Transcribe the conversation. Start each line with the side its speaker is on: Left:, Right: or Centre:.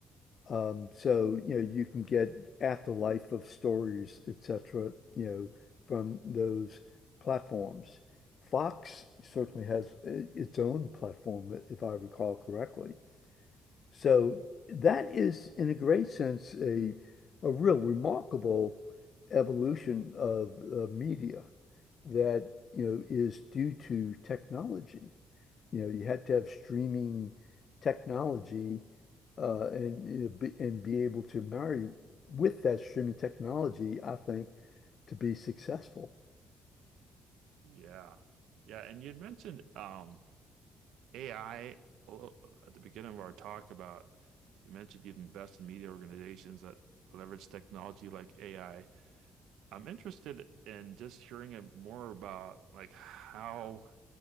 Left: Um, so, you know, you can get afterlife of stories, etc., you know, from those platforms. Fox certainly has i- its own platform, if I recall correctly. So that is, in a great sense, a a real remarkable evolution of uh, media that, you know, is due to technology. You know, you had to have streaming technology uh, and you know, be, and be able to marry with that streaming technology, I think, to be successful.
Right: Yeah. Yeah, and you had mentioned um AI little- at the beginning of our talk about you mentioned you'd invest in media organizations that leverage technology like AI. I'm interested in just hearing a- more about like how